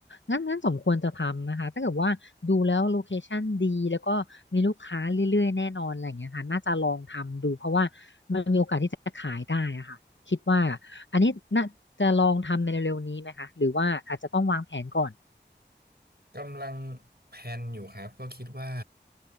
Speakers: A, on the left; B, on the right.
A: งั้นงั้นสมควรจะทำนะคะถ้าเกิดว่าดูแล้วโลเคชั่นดีแล้วก็มีลูกค้าเรื่อยๆแน่นอนอะไรอย่างเงี้ยค่ะน่าจะลองทำดูเพราะว่ามันมีโอกาสที่จะขายได้อะค่ะคิดว่าอันนี้น่าจะลองทำในเร็วๆนี้ไหมคะหรือว่าอาจจะต้องวางแผนก่อน
B: กำลังแพลนอยู่ครับก็คิดว่า